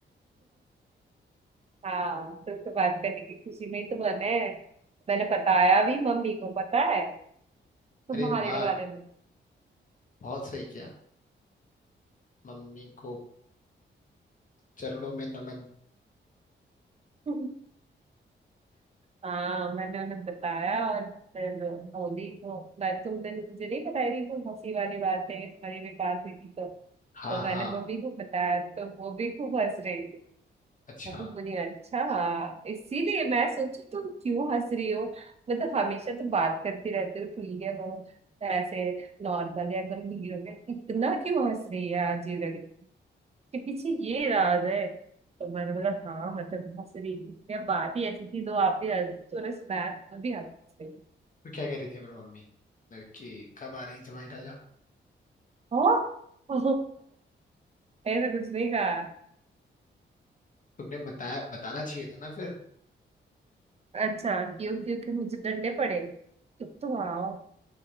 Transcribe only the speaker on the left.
अरे वाह
बहुत सही किया मम्मी को चरणों में नमन
हाँ
हाँ
अच्छा
तो क्या कह रही थी फिर मम्मी कि कब आ रही जमाई राजा
तुमने बताया बताना चाहिए था ना फिर